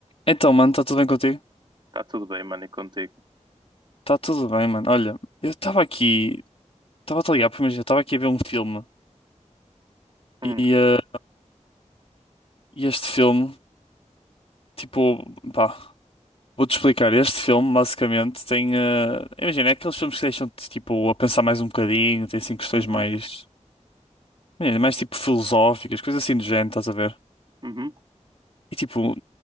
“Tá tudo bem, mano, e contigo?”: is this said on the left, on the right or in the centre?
Right